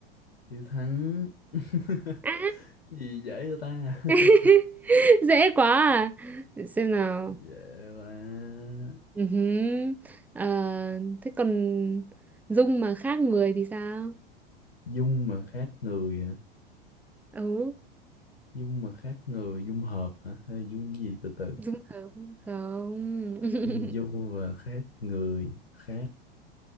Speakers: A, on the left; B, in the centre.
A: Hiếu Thắng. <laughs>
B: à
A: Gì dễ cho ta? <laughs>
B: <laughs> dễ quá à để xem nào
A: Dễ quá.
B: Ừ hứ. Ờ, thế còn Dung mà khác người thì sao
A: Dung mà khác người hả?
B: ừ
A: Dung mà khác người, dung hợp hả? Hay là dung gì từ từ?
B: Dung hợp không <laughs>
A: Dung và khác người, khác